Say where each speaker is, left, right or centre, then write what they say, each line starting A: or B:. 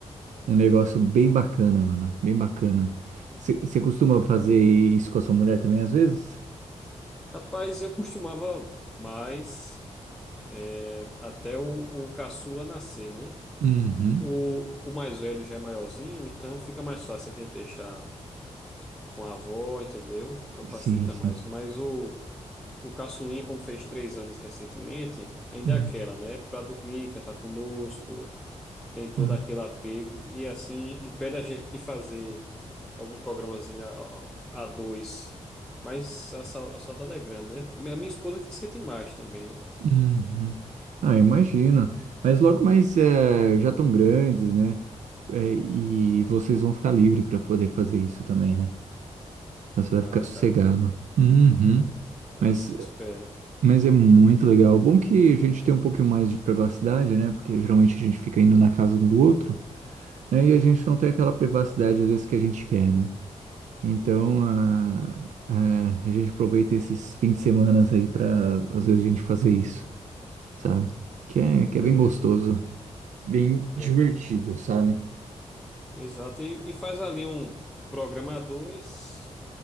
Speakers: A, on the right; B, in the centre.
A: Um negócio bem bacana, mano. Bem bacana. Você costuma
B: Ah.
A: fazer isso com a sua mulher também, às vezes?
B: Rapaz, eu costumava mais é, até o, o caçula nascer, né?
A: Uhum.
B: O, o mais velho já é maiorzinho, então fica mais fácil a gente deixar com a avó, entendeu? Então facilita
A: Sim, sim.
B: mais. Mas o, o caçulinha, como fez três anos recentemente, ainda
A: Uhum.
B: é aquela, né? Pra dormir, quer estar conosco. tem todo
A: Ah,
B: aquele apego e assim impede a gente de fazer algum programazinho a, a, a dois. Mas a, sau- a saudade é grande, né? A minha esposa que sente mais também, né?
A: uhum. Ah, imagino. Mas logo mais eh, já estão grandes, né? Eh, e vocês vão ficar livre para poder fazer isso também, né? Então Você vai
B: Ah,
A: ficar sossegado.
B: cara,
A: Uhum.
B: assim
A: Mas,
B: espera.
A: mas é muito legal. Bom que a gente tem um pouquinho mais de privacidade, né? Porque geralmente a gente fica indo na casa um do outro. né? E a gente não tem aquela privacidade às vezes que a gente quer, né? Então a, a, a gente aproveita esses fins de semana aí pra às vezes a gente fazer isso, sabe? Que é, que é
B: É,
A: bem gostoso, bem
B: é
A: divertido,
B: porque-
A: sabe?
B: exato. E, e faz ali um programa a dois